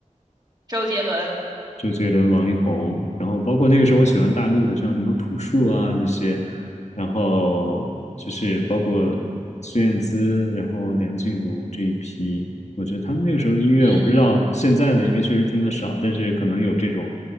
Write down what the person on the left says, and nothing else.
周杰伦、王力宏，然后包括那个时候我喜欢大陆的，像什么朴树啊那些，然后就是包括孙燕姿，然后梁静茹这一批，我觉得他们那个时候的音乐，
我不知道现在的，因为确实听得少，但是可能有这种